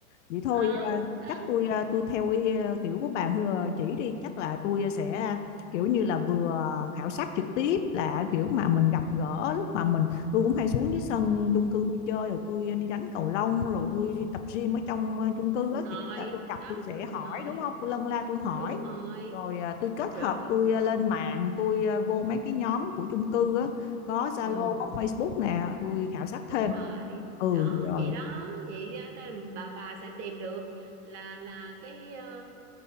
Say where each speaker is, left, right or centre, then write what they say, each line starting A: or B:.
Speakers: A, on the left (about 55°); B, on the right (about 50°).
A: Vậy thôi
B: ờ,
A: à,
B: đó
A: chắc tôi à, tôi theo ý, à, kiểu của bà Hừa chỉ đi, chắc là tôi sẽ à, kiểu như là vừa khảo sát trực tiếp là à, kiểu mà mình gặp gỡ lúc mà mình tôi cũng hay xuống dưới sân chung cư tôi chơi rồi tôi đi đánh cầu lông rồi tôi đi tập gym ở trong à, chung cư
B: đúng
A: á
B: rồi
A: thì chắc là tôi gặp
B: đó
A: tôi sẽ
B: mình
A: hỏi
B: hỏi
A: đúng không? Tôi lân la tôi hỏi
B: đúng rồi
A: rồi à, tôi kết
B: rồi
A: hợp tôi à, lên mạng tôi à, vô mấy cái nhóm của chung cư á có Zalo
B: ừ
A: có Facebook nè tôi khảo sát
B: đúng
A: thêm
B: rồi
A: ừ
B: đó
A: rồi
B: vậy đó vậy đó, đó là bà bà sẽ tìm được là là cái ờ,